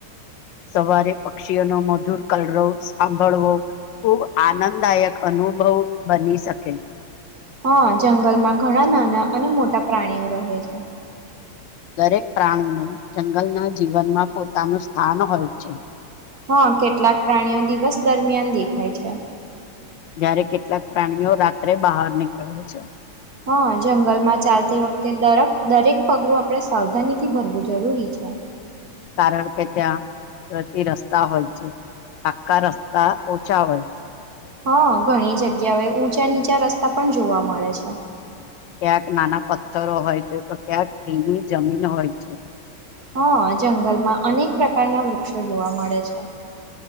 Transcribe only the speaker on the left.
સવારે પક્ષીઓનો મધુર કલવ સાંભળવો ખુબ આનંદ દાયક અનુ અનુભવ બની શકે.
દરેક પ્રાણીનું જંગલના જીવનમાં પોતાનું સ્થાન હોય છે.
જ્યારે કેટલાક પ્રાણીઓ રાત્રે બહાર નીકળે છે.
કારણ કે ત્યાં પ્રતિ રસ્તા હોય છે. આકા રસ્તા ઓછા હોય છે.
ક્યાંક નાના પથ્થરો હોય છે તો ક્યાંક ભીની જમીન હોય છે.